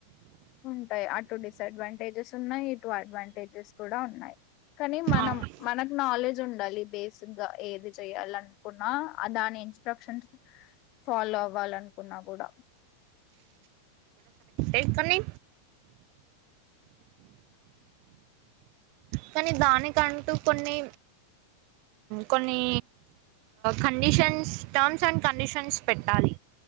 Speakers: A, on the left; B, on the right.
A: ఉంటాయి ఆ టటు డిసఅడ్వాంటేజెస్ ఉన్నాయి ఈ టూ అడ్వాంటేజెస్ కూడా ఉన్నాయి కానీ మనం
B: అవును
A: మనకు నాలెడ్జ్ ఉండాలి బేసిక్గా ఏది చెయాలి అనుకున్నా దాని ఇన్స్ట్రక్షన్స్ ఫాలో అవ్వాల అనుకున్నా కూడా
B: ఏ సన్నీ కానీ దానికంటూ కొన్ని కొన్ని కండిషన్స్ టర్మ్స్ అండ్ కండిషన్స్ పెట్టాలి